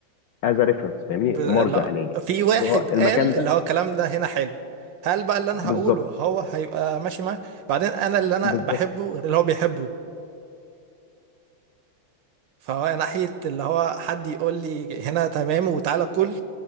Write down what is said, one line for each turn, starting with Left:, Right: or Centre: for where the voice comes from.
Left: از ريفرنس فاهمني
Right: ب... لا
Left: مرجع ليا
Right: في واحد
Left: اللي هو المكان
Right: قال
Left: ده
Right: اللي هو الكلام ده هنا حلو هل بقى اللي انا
Left: بالظبط
Right: هقوله هو هيبقى ماشي معاه بعدين انا اللي انا
Left: بالظبط
Right: بحبه غير اللي هو بيحبه فهو ناحية اللي هو حد يقول لي هنا تمام وتعالى كل